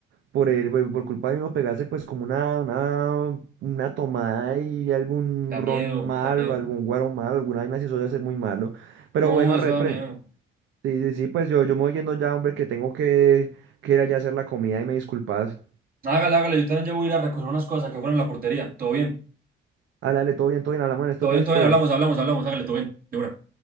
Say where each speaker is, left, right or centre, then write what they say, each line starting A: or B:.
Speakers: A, on the right; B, on the right.
A: por el, por por culpa de uno pegarse pues como una, una, una tomada y algún
B: Da
A: ron
B: miedo,
A: malo,
B: da miedo.
A: algún guaro malo, alguna vaina, si eso debe ser muy malo. Pero
B: No,
A: bueno,
B: eso
A: repre,
B: da miedo.
A: sí, sí, sí, pues yo, yo me voy yendo ya, hombre, que tengo que, que ir allá a hacer la comida y me disculpas.
B: Hágale, hágale, yo también ya voy a ir a recoger unas cosas que fueron en la portería. Todo bien,
A: Álale, todo bien, todo bien, hablamos en estos
B: todo
A: días,
B: bien, todo
A: pues.
B: bien, hablamos, hablamos, hablamos, hágale, todo bien, de una.